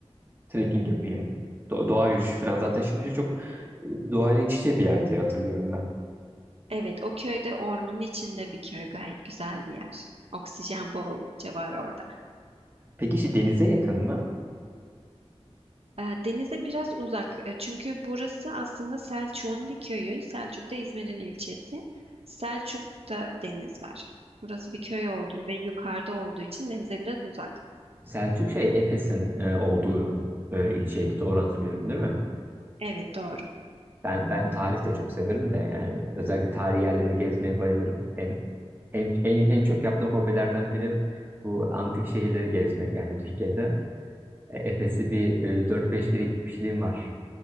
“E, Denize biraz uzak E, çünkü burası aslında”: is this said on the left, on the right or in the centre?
Right